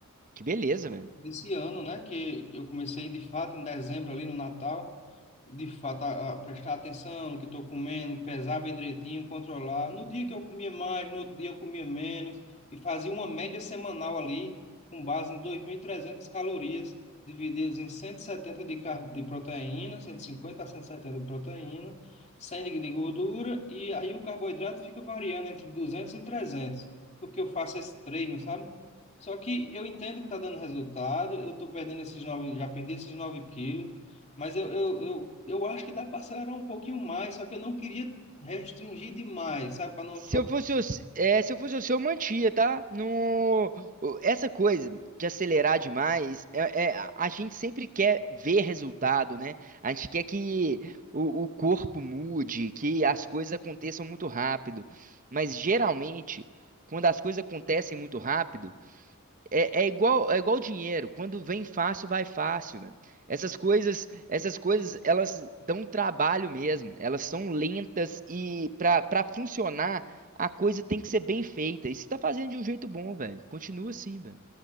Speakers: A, on the right; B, on the left.
A: Que beleza, velho.
B: esse ano, né? Que eu comecei de fato em dezembro ali no Natal. de fato, a, a prestar atenção no que estou comendo, pesar bem direitinho, controlar. No dia que eu comia mais, no outro dia eu comia menos, e fazia uma média semanal ali, com base em 2.300 calorias, divididas em 170 de, car de proteína, 150 a 170 de proteína, 100 de de gordura, e aí o carboidrato fica variando entre 200 e 300, porque eu faço esse treino, sabe? Só que eu entendo que está dando resultado, eu estou perdendo esses 9 já perdi esses 9 quilos, mas eu, eu, eu, eu acho que dá para acelerar um pouquinho mais, só que eu não queria restringir demais, sabe? Para não.
A: Se
B: ultra-
A: eu fosse, o se é, se eu fosse o seu, eu mantia, tá? No, o- essa coisa de acelerar demais, é, é, a a gente sempre quer ver resultado, né? A gente quer que o, o corpo mude, que as coisas aconteçam muito rápido. Mas geralmente, quando as coisas acontecem muito rápido, É, é igual, é igual dinheiro. Quando vem fácil, vai fácil, velho. Essas coisas, essas coisas, elas dão trabalho mesmo. Elas são lentas e para para funcionar, a coisa tem que ser bem feita. E você tá fazendo de um jeito bom, velho. Continua assim, velho.